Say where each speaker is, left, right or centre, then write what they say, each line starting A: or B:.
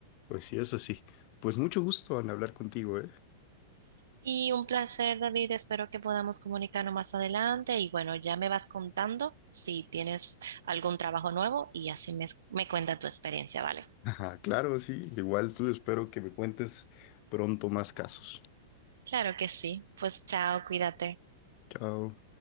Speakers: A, on the left; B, on the right.
A: Pues sí, eso sí. Pues mucho gusto en hablar contigo, ¿eh?
B: Y un placer, David, espero que podamos comunicarnos más adelante y bueno, ya me vas contando si tienes algún trabajo nuevo y así me, me cuenta tu experiencia, ¿vale?
A: Ajá, claro, sí. Igual tú espero que me cuentes pronto más casos.
B: Claro que sí, pues chao, cuídate.
A: Chao.